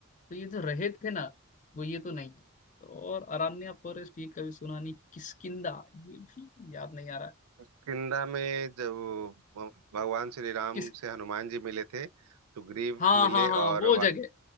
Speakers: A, on the left; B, on the right.
A: तो ये जो रहे थे ना वो ये तो नहीं है तो और अरण्या फॉरेस्ट ये कभी सुना नहीं किसकिंदा ये भी याद नहीं आ रहा
B: किष्किंधा में जब वो भगवान श्री राम
A: किस
B: से हनुमान जी मिले थे तो ग्रीव
A: हाँ
B: मिले
A: हाँ हाँ
B: और
A: वो जगह